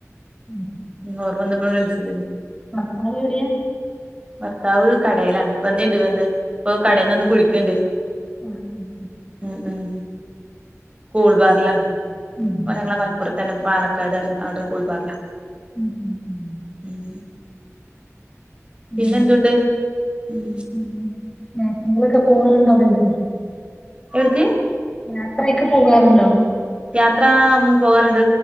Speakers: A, on the left; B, on the right.
A: ഉം
B: ഉം ഓർമ്മ വന്നപ്പോ വിളിച്ചതേനു
A: ഭർത്താവെവിടെയാ
B: ഭർത്താവ് കടേലാണ് വന്നിണ്ട് വന്ന് ഇപ്പൊ കടയിൽന്ന് വന്ന് കുളിക്ക്ണ്ട്
A: ആഹ് ഉം
B: ഉം ഉം കൂൾ ബാറിലാണ്
A: ഉം
B: ഓഹ് ഞങ്ങളെ മലപ്പുറത്തന്നെ പാണക്കാട് പറയും അവിടെ കൂൾബാറില
A: ഉം ഉം ഉം
B: ഉം
A: ഉം
B: പിന്നെന്തുണ്ട് ഉം
A: പിന്നെന്താ യാത്രകളൊക്കെ പോവാറ്ണ്ടോ വല്ലോം
B: എവ്ട്ക്ക്
A: യാത്രയൊക്കെ പോകാറുണ്ടോ
B: യാത്ര ഉം പോകാറുണ്ട്